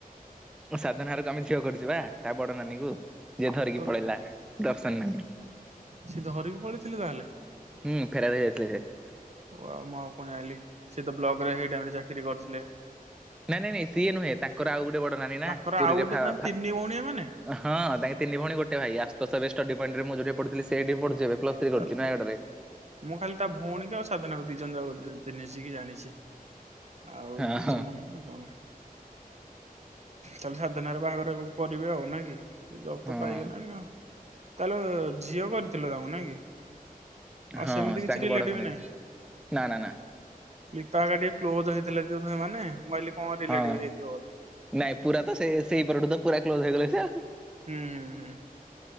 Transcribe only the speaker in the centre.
ସାଧନ ହାରକୁ ଆମେ ଝିଅ କରୁଛିବା ତା ବଡ ନାନୀ କ ଯିଏ ଧରିକି
ପଳେଇଲା ଦର୍ଶନ ନାନୀ
ହୁଁ ଫେରାତ ହେଇ ଯାଇଥିଲି ସେ
ନାଇଁ ନାଇଁ ନାଇଁ ସିଏ ନୁହେଁ ତାଙ୍କର ଆଉ ଗୋଟେ ବଡ ନାନୀ ନା
ପୁରୀରେ
ଫା
ଫା
ହଁ ତାଙ୍କେ ତିନି ଭଣୀ ଗୋଟେ ଭାଇ ଆଶୁତସ ଷ୍ଟଡି ପଏଣ୍ଟରେ ମୁଁ ଯଉଠି ପଢଥିଲି ସେଠି ପ ପ୍ଲସ
ଥ୍ରୀ
କରୁଛି ନୟାଗଡ଼ ରେ
ହଁ
ହଁ
ହଁ
ହଁ
ତାଙ୍କ
ବଡ ଭଉଣୀ
ନା ନା ନା
ହଁ।
ନାଇଁ ପୁରା ତ ସେଇ ପରଠୁ ତ ପୁରା କ୍ଲୋଜ ହେଇଗଲେ ସେ ଆଉ